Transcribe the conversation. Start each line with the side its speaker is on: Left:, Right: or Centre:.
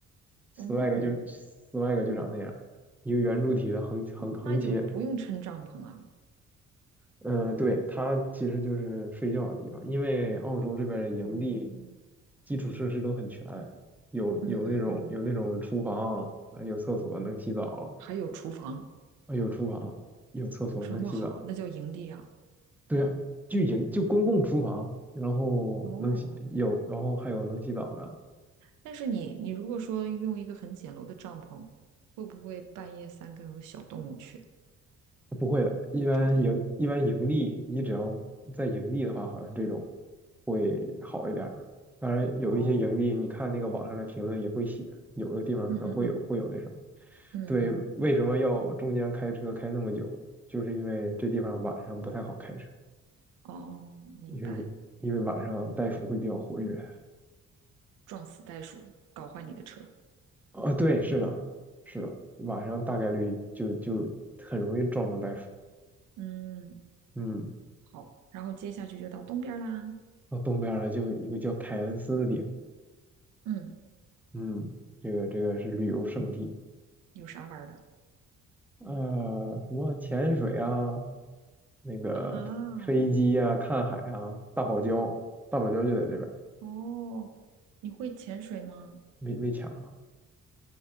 Centre: ，swag
Right: 哦，
Centre: 就 swag 就长那样，一个圆柱体的横横横切，
Right: 那就不用撑帐篷了。
Centre: 嗯，对，它其实就是睡觉的地方，因为澳洲这边的营地
Right: 哦，
Centre: 基础设施都很全，有有那种有那种厨房啊，
Right: 嗯嗯嗯，
Centre: 有厕所能洗澡
Right: 还有厨房，
Centre: 啊，有厨房有厕所能洗澡，
Right: 这么好，那叫营地啊。
Centre: 对啊，就营就公共厨房，然后能洗有，
Right: 哦，
Centre: 然后还有能洗澡的，
Right: 但是你你如果说用一个很简陋的帐篷，会不会半夜三更有小动物去
Centre: 不会的，一般盈一般盈利，
Right: 找你？
Centre: 你只要在盈利的话，好像这种会好一点儿。当然，有一些盈利，
Right: 哦，
Centre: 你看那个网上的评论也会写，有的地方可能会有会有那什么。
Right: 嗯嗯嗯嗯，
Centre: 对，为什么要中间开车开那么久？就是因为这地方晚上不太好开车，
Right: 哦，明白，
Centre: 因为因为晚上袋鼠会比较活跃。
Right: 撞死袋鼠，搞坏你的车。
Centre: 啊，对，是的，是的，晚上大概率就就很容易撞上袋鼠。
Right: 嗯，
Centre: 嗯，
Right: 好，然后接下去就到东边儿啦。
Centre: 到东边儿了，就有一个叫凯恩斯的地方。
Right: 嗯，
Centre: 嗯，这个这个是旅游胜地，
Right: 有啥玩儿的
Centre: 呃，什么潜水啊，那个飞机啊，
Right: 啊？
Centre: 看海啊，大堡礁，大堡礁就在这边儿
Right: 哦，你会潜水吗？
Centre: 没没抢啊，